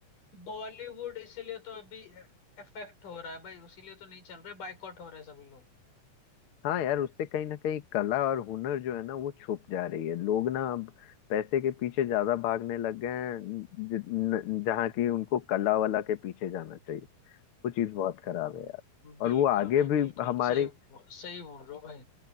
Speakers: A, on the left; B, on the left.
A: बॉलीवुड इसीलिए तो अभी इफेक्ट हो रहा है भाई उसीलिए तो नहीं चल रहे बायकॉट हो रहे सभी लोग
B: हाँ यार उससे कहीं ना कहीं कला और हुनर जो है ना वो छुप जा रही है लोग ना अब पैसे के पीछे ज्यादा भागने लग गए हैं जि- न- जहाँ की उनको कला वाला के पीछे जाना चाहिए वो चीज बहुत खराब है यार
A: बिल्कुल
B: और वो आगे
A: भाई
B: भी
A: बिल्कुल
B: हमारे
A: सही सही बोल रहे हो भाई